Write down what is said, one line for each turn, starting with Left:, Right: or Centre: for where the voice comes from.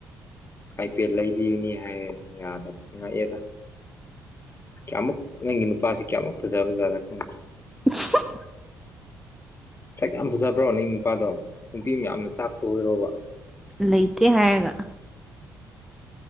Left: ꯑꯥꯏꯄꯦꯠ ꯂꯩꯕꯤꯒꯅꯤ ꯍꯥꯏꯌꯦꯅ ꯌꯥꯗꯕꯁꯦ ꯉꯛꯑꯦꯗ ꯀꯌꯥꯃꯨꯛ ꯅꯪꯒꯤ ꯅꯨꯄꯥꯁꯤ ꯀꯌꯥꯃꯨꯛ ꯐꯖꯕꯖꯥꯠꯂ ꯈꯪꯗꯦꯗ
Centre: ꯎꯝ
Left: ꯁꯛ ꯌꯥꯝ ꯐꯖꯕ꯭ꯔꯣ ꯅꯪ ꯅꯨꯄꯥꯗꯣ ꯅꯨꯄꯤ ꯃꯌꯥꯝꯅ ꯆꯥꯛꯄ ꯑꯣꯏꯔꯣꯕ
Centre: ꯂꯩꯇꯦ ꯍꯥꯏꯔꯒ